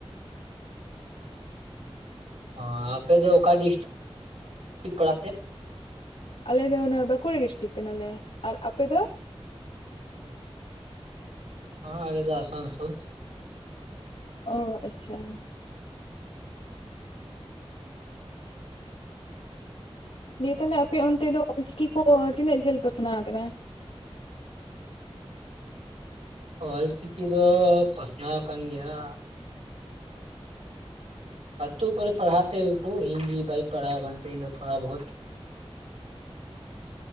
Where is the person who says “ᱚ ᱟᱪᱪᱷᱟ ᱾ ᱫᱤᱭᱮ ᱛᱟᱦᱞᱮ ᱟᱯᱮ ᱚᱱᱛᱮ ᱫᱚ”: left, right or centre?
Left